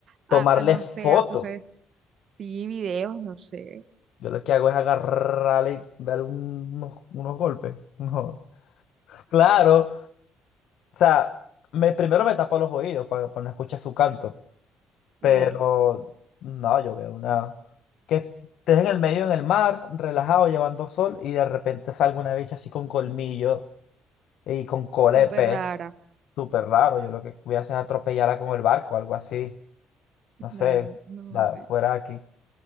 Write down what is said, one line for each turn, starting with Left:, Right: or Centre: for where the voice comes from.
Right: a,
Left: Tomarle
Right: a, no
Left: foto.
Right: sé, a tus redes? Sí, videos, no sé.
Left: Yo lo que hago es agarrarle y darle unos, unos golpes. <laughs> No. Claro. O sea, me, primero me tapo los oídos para, para no escuchar su canto. Pero
Right: Claro,
Left: no, yo veo una. Que estés en el medio, en el mar, relajado, llevando sol, y de repente salga una bicha así con colmillo y con cola
Right: súper
Left: de pez.
Right: rara.
Left: Súper raro. Yo lo que voy a hacer es atropellarla con el barco, algo así. No
Right: Claro,
Left: sé,
Right: no
Left: va,
Right: sé.
Left: fuera de aquí.